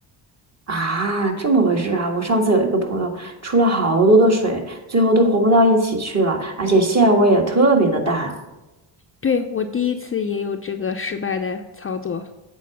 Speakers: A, on the right (about 30°); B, on the left (about 30°).
A: 啊，这么回事啊！我上次有一个朋友出了好多的水，最后都活不到一起去了，而且馅味也特别的淡。
B: 对，我第一次也有这个失败的操作，